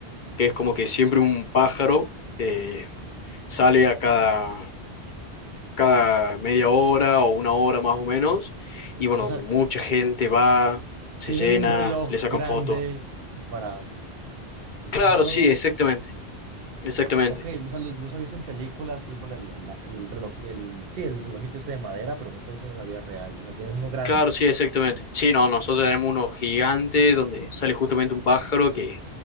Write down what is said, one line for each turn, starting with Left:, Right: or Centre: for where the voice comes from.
Left: que es como que siempre un pájaro. eh, sale a cada, cada media hora o una hora más o menos, y bueno,
Right: O sea,
Left: donde mucha gente va, se
Right: tienen
Left: llena,
Right: un reloj
Left: le sacan
Right: grande
Left: fotos.
Right: para el
Left: Claro,
Right: pájaro.
Left: sí, exactamente, exactamente.
Right: Ok, o sea, los, los he visto en películas, tipo la- la- el reloj, el, sí, el relojito este de madera, pero nunca he visto uno en la vida real. O sea, tienen uno grande.
Left: Claro, sí, exactamente. Sí, no, nosotros tenemos uno gigante donde sale justamente un pájaro que